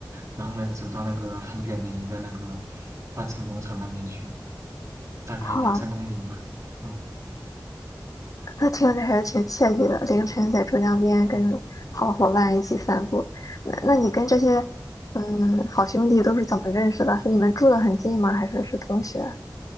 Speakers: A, on the right; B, on the left.
A: 然后呢走到那个很远的一个那个花城广场那边去，大概两三公里吧。
B: 好啊，
A: 嗯
B: 那听着还是挺惬意的，凌晨在珠江边跟好伙伴一起散步。
A: 嗯。
B: 那那你跟这些嗯好兄弟都是怎么认识的？是你们住得很近吗？还是是同学？